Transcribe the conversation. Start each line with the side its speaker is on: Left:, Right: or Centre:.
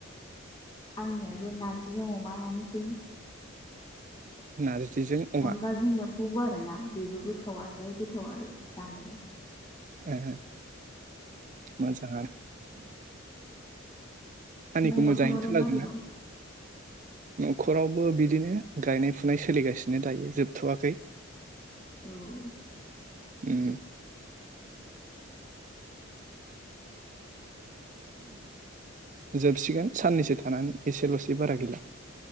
Left: आंनिया बे नारजिजों अमायानोसै
Right: नारजिजों अमा
Left: अनलाजों एम्फौबो आर ना बेबो गोथावाय गोथाव आरो जानोलाय
Right: ए हे मोजां आनो आंनिखौ
Left: ओम न'खरावलाय
Right: मोजाङैनो खोनादोंना?
Left: मारै दं?
Right: न'खरावबो बिदिनो गायनाय फुनाय सोलिगासिनो दायो जोबथ'वाखै
Left: औ
Right: उम जोबसिगोन साननैसो थानानै एसेल'सै बारा गैला